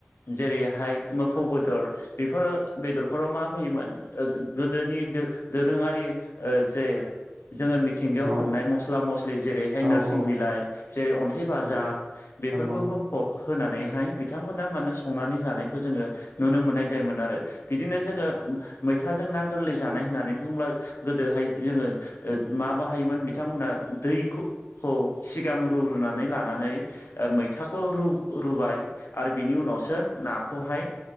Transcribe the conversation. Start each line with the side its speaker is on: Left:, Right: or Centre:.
Left: जेरैहाय मोफौ बेदर बेफोर बेदरफोराव मा होयोमोन ओ गोदोनि दोरोङारि जे जोङो मि थिंगायाव
Right: नंगौ
Left: मोननाय मस्ला मस्लि जेरैहाय
Right: औ
Left: नोरसिं
Right: औ
Left: बिलाइ जेरै अन्थाइ बाजाब
Right: नंगौ
Left: बेफोरखौ
Right: नंगौ
Left: होफब होनानैहाय बिथांमोना मानो संनानै जानायखौ जोङो नुनो मोननाय जायोमोन आरो बिदिनो जोङो मैथाजों ना गोरलै जानाय होननानै बुंब्ला गोदोहाय जोङो माबाहायोमोन बिथांमोनहा दैखौ खौ सिगां रु रूनानै लानानै मैथाखौ रू रुबाय आरो बिनि उनावसो नाखौहाय